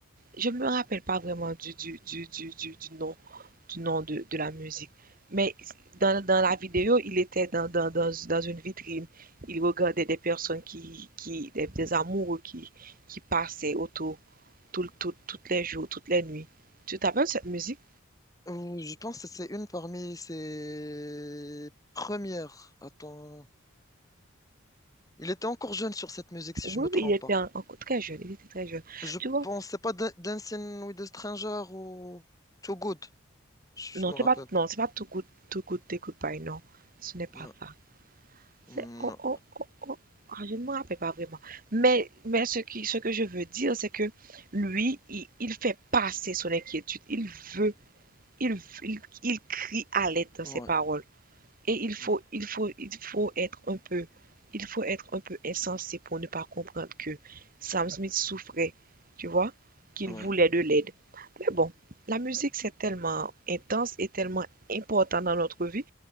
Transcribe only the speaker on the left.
Ou je pense que c'est une parmi ses premières. Attends. Il était encore jeune sur cette musique, si
je me trompe
pas.
Je
pense, c'est pas Da- Dancing with a Stranger ou Too Good. Je, je
me rappelle
pas.
Non,
non,
ouais,
ouais,
ouais,